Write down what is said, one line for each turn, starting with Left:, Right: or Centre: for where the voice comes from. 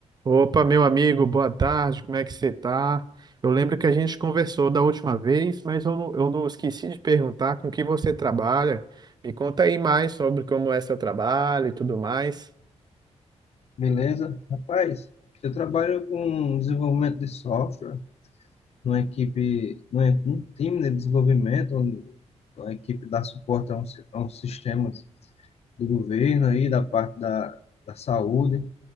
Right: Opa, meu amigo, boa tarde, como é que você tá? Eu lembro que a gente conversou da última vez, mas eu não, eu não esqueci de perguntar com que você trabalha. Me conta aí mais sobre como é seu trabalho e tudo mais.
Left: Beleza? Rapaz, eu trabalho com desenvolvimento de software numa equipe, numa, num time de desenvolvimento, onde a equipe dá suporte a uns, a uns sistemas do governo aí, da parte da, da saúde.